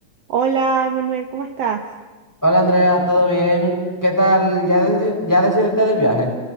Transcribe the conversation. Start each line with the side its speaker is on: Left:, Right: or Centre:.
Right: Hola, Manuel, ¿cómo estás?
Centre: Hola Andrea, ¿todo bien? ¿Qué tal? ¿Ya, deci- ya decidiste del viaje?